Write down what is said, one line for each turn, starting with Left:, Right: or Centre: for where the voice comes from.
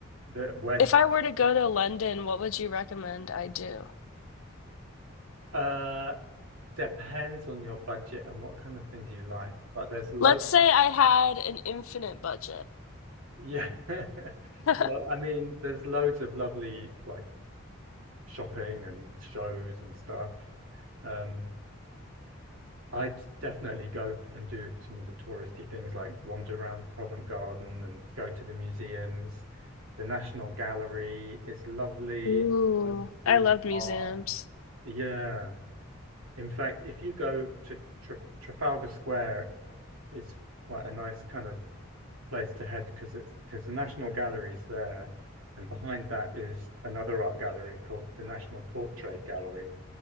Right: the west.
Left: if I were to go to London, what would you recommend I do?
Right: Uh, depends on your budget and what kind of things you like. But there's loads.
Left: Let's say I had an infinite budget.
Right: Yeah. <laughs>
Left: <laughs>
Right: Well, I mean, there's loads of lovely like shopping and shows and stuff. Um, I'd definitely go and do some of the touristy things like wander around Covent Garden and go to the museums. The National Gallery is lovely.
Left: Ooh,
Right: Loads of brilliant
Left: I love museums.
Right: art. Yeah. In fact, if you go to Tra Trafalgar Square, it's quite a nice kind of place to head because it's because the National Gallery's there, and behind that is another art gallery called the National Portrait Gallery,